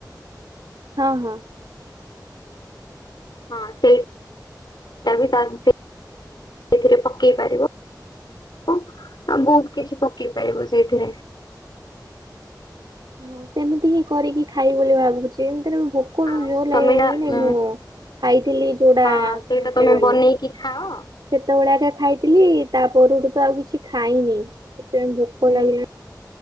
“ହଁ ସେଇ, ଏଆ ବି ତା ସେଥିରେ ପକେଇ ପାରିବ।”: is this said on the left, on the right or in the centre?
Left